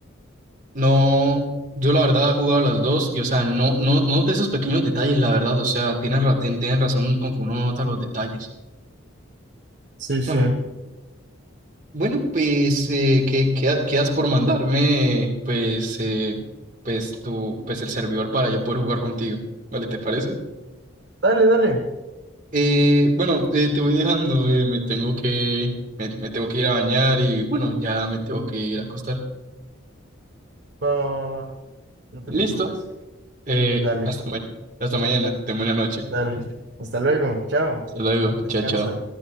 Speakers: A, on the right; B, on the right.
A: no, yo la verdad he jugado las dos y, o sea, no, no, no de esos pequeños detalles, la verdad, o sea, tienen, ra- tien- tienen razón con que uno no nota los detalles.
B: sí, sí.
A: Ah, Bueno, pues, eh, ¿qué, qué ha- qué has por mandarme, pues, eh, pues, tu, pues, el servidor para yo poder jugar contigo? ¿Vale, te parece?
B: Dale, dale.
A: Eh, bueno, eh, te voy dejando, eh, me tengo que, me, me tengo que ir a bañar y, bueno, ya me tengo que ir a acostar.
B: Va, va, va, va. No te
A: Listo,
B: preocupes.
A: eh,
B: Dale,
A: hasta mañana, hasta mañana, ten buena noche.
B: dale. Hasta luego. Chao.
A: Hasta luego,
B: Descansa.
A: chao, chao.